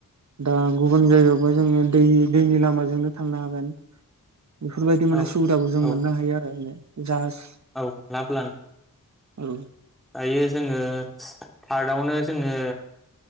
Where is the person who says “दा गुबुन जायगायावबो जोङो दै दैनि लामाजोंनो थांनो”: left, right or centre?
Right